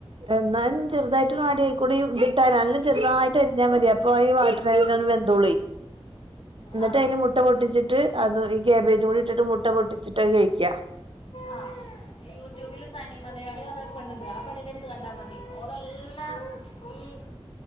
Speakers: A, on the right; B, on the left.
A: എന്നാലും ചെറുതായിട്ടൊന്ന് അടീയാകൂടി ഇത്ട്ടാല് നല്ലോം ചെറുതായിട്ട് അരിഞ്ഞാ മതി അപ്പോ ഈ വാട്ട <unintelligible> വെന്തോളെ ന്നട്ട്
B: ആ
A: അയ്ല് മുട്ട പൊട്ടിച്ചിട്ട് അത് ഇ ക്യാബേജ് കൂടി ഇട്ടിട്ട് മുട്ട പൊട്ടിച്ചിട്ട് അത് കഴിക്കാ
B: ആഹ് യൂട്യൂബില് തനി മലയാളി പറഞ്ഞൊരു പെണ്ണ്ണ്ട് ആ പെണ്ണിന്റെട്ത്ത് കണ്ടാ മതി ഓളെല്ലാം ഈഹ്